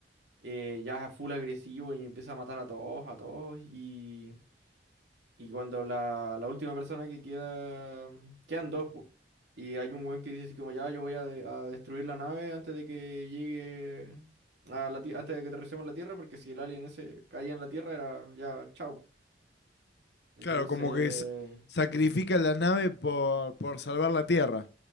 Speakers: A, on the right; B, on the left.
A: eh, ya es full agresivo y empieza a matar a todos, a todos y... Y cuando la, la última persona que queda, quedan dos, po. Y hay un weón que dice así como, ya, yo voy a, de- a destruir la nave antes de que llegue a la Tierra, antes de que aterricemos en la Tierra, porque si el alien ese caía en la Tierra era ya, chao. po". Entonces,
B: Claro, como que s- sacrifican la nave por, por salvar la Tierra.